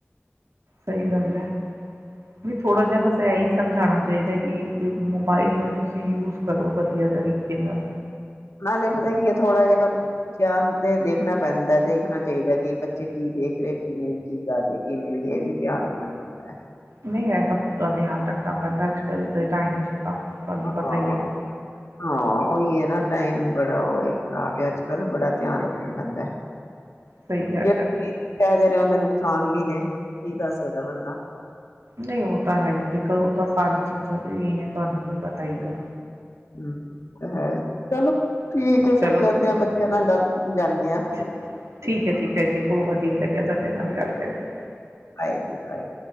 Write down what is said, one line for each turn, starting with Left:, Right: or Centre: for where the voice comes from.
Right: ਸਹੀ ਗੱਲ ਹੈ ਵੀ ਥੋੜ੍ਹਾ ਜਿਹਾ ਬਸ ਇਹੀ ਸਮਝਾਣਾ ਚਾਹੀਦਾ ਕਿ ਮੋਬਾਈਲ ਨੂੰ ਤੁਸੀਂ ਯੂਜ ਕਰੋ ਵਧੀਆ ਤਰੀਕੇ ਨਾਲ,
Left: ਨਾਲੇ ਪਤਾ ਕੀ ਐ ਥੋੜਾ ਜਾ ਗਿਆਨ ਤੇ ਦੇਖਣਾ ਪੈਂਦਾ ਦੇਖਣਾ ਚਾਹੀਦਾ ਕਿ ਬੱਚੇ ਕੀ ਦੇਖ ਰਹੇ ਕੀ ਨਹੀਂ ਕੀ ਕਰ ਰਹੇ ਕੀ ਨਹੀਂ ਇਹ ਵੀ ਧਿਆਨ ਰੱਖਣਾ ਪੈਂਦਾ।
Right: ਨਹੀਂ, ਇਹ ਤਾਂ ਪੂਰਾ ਧਿਆਨ ਰੱਖਣਾ ਪੈਂਦਾ ਅੱਜ ਕੱਲ ਦੇ ਟਾਈਮ ਚ। ਤਾਂ ਤੁਹਾਨੂੰ ਪਤਾ
Left: ਹਾਂ
Right: ਹੀ ਹੈ
Left: ਹਾਂ, ਉਹੀ ਐ ਨਾ ਟਾਈਮ ਬੜਾ ਉਹ ਐ ਖ਼ਰਾਬ ਐ ਅੱਜਕਲ ਬੜਾ ਧਿਆਨ ਰੱਖਣਾ ਪੈਂਦਾ
Right: ਸਹੀ ਗੱਲ
Left: ਜਿਹੜੀ
Right: ਐ।
Left: ਚੀਜ਼ <unintelligible> ਨੁਕਸਾਨ ਵੀ ਨੇ ਕੀ ਕਰ ਸਕਦਾ ਬੰਦਾ।
Right: ਨਹੀਂ ਉਹ ਤਾਂ ਹੈ ਹੀ ਦੇਖੋ ਉਹ ਤਾਂ ਸਾਰੀ ਚੀਜ਼ਾਂ ਦੇ ਇਹੀ ਆ ਤੁਹਾਨੂੰ ਵੀ ਪਤਾ ਹੀ ਹੈ
Left: ਉਹ ਤਾਂ ਹੈ। ਚਲੋ। ਠੀਕ, ਫਿਰ
Right: ਚਲੋ
Left: ਕਰਦੇ ਆ ਬੱਚਿਆਂ ਨਾਲ ਗੱਲ ਜਾਣੇ ਹਾਂ,
Right: ਠੀ ਠੀਕ ਹੈ ਠੀਕ ਹੈ ਜੀ ਬਹੁਤ ਵਧੀਆ ਲੱਗਿਆ ਤੁਹਾਡੇ ਨਾਲ ਗੱਲ ਕਰਕੇ
Left: ਬਾਏ ਜੀ ਬਾਏ।